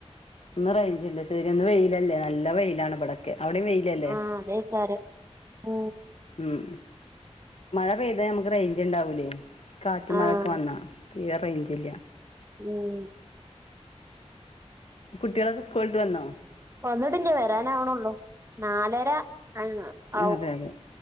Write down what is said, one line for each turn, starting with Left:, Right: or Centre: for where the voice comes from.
Left: ഇന്ന് റേഞ്ച്ണ്ട് ശരി ഇന്ന് വെയിലല്ലേ നല്ല വെയിലാണ് ഇവിടെ ക്കെ അവിടേം വെയിലല്ലേ
Right: ആഹ് അതേക്കാരം ഉം
Left: ഉം മഴ പെയ്ത ന്തമക്ക് റേഞ്ച് ഇണ്ടാവു ലേ കാറ്റും
Right: ആഹ്
Left: മഴയൊക്കെ വന്നാ തീരെ റേഞ്ച് ഇല്ല
Right: ഉം
Left: കുട്ടികളൊക്കെ സ്കൂൾ വിട്ട് വന്നോ
Right: വന്നിട്ടില്ല വരാൻ ആവ്ണൊള്ളൂ നാലര ആഹ് ആവും
Left: അതെ അതെ